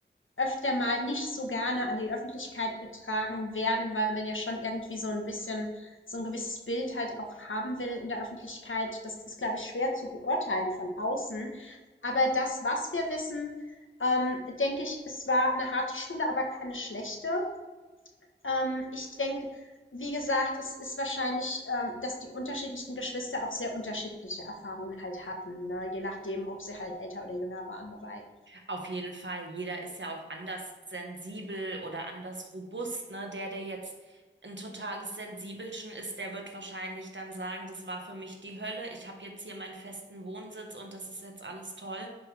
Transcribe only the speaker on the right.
Auf jeden Fall, jeder ist ja auch anders sensibel oder anders robust, ne? Der, der jetzt ein totales Sensibelchen ist, der wird wahrscheinlich dann sagen, das war für mich die Hölle, ich habe jetzt hier meinen festen Wohnsitz und das ist jetzt alles toll.